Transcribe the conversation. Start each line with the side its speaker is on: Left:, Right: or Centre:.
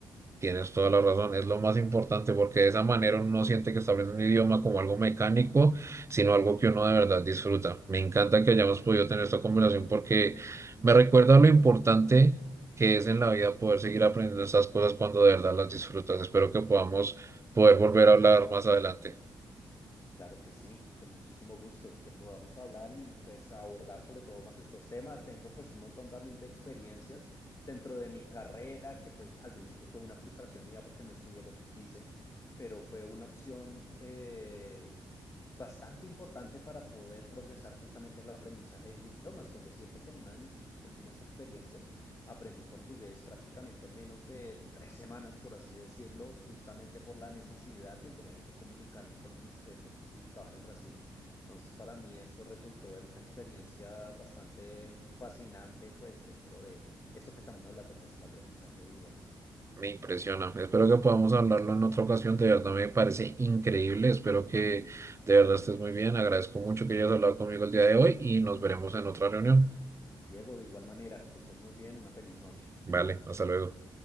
Right: Tienes toda la razón, es lo más importante porque de esa manera uno no siente que está aprendiendo un idioma como algo mecánico, sino algo que uno de verdad disfruta. Me encanta que hayamos podido tener esta conversación porque me recuerda lo importante que es en la vida poder seguir aprendiendo estas cosas cuando de verdad las disfrutas. Espero que podamos poder volver a hablar más adelante.
Left: Claro que sí, con muchísimo gusto que podamos hablar y pues abordar sobre todo más estos temas. Tengo pues un montón también de experiencias dentro de mi carrera que pues al principio fue una frustración mía porque no estudié lo que quise, pero fue una opción eh, bastante importante para poder progresar justamente en el aprendizaje de idiomas, con decirte que en una de mis últimas experiencias Aprendí portugués prácticamente en menos de tres semanas, por así decirlo, justamente por la necesidad de tener que comunicarme con mis jefes que se ubicaban en Brasil. Entonces, para mí esto resultó en una experiencia bastante fascinante, pues dentro de esto que estamos hablando, que es el aprendizaje de idiomas.
Right: Me impresiona. Espero que podamos hablarlo en otra ocasión. De verdad me parece increíble. Espero que de verdad estés muy bien. Agradezco mucho que hayas hablado conmigo el día de hoy y nos veremos en otra reunión.
Left: Diego, de igual manera, que estés muy bien, una feliz noche.
Right: Vale, hasta luego.